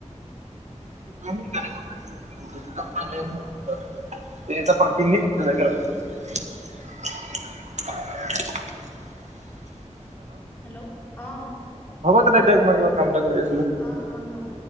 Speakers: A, on the right; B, on the left.
A: <unintelligible>
B: হেল্ল', অ'।
A: এই বাদ দিয়ক মই কিবা কাম এটা কৰি আছো।
B: অ' অ' হ'ব।